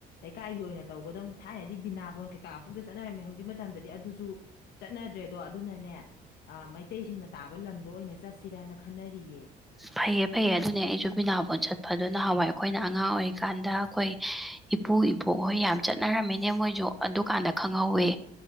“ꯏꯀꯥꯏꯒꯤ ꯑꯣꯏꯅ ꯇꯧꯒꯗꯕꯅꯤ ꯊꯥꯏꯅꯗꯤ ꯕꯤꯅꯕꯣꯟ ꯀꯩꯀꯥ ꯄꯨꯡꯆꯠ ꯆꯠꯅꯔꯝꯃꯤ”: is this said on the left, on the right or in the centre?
Left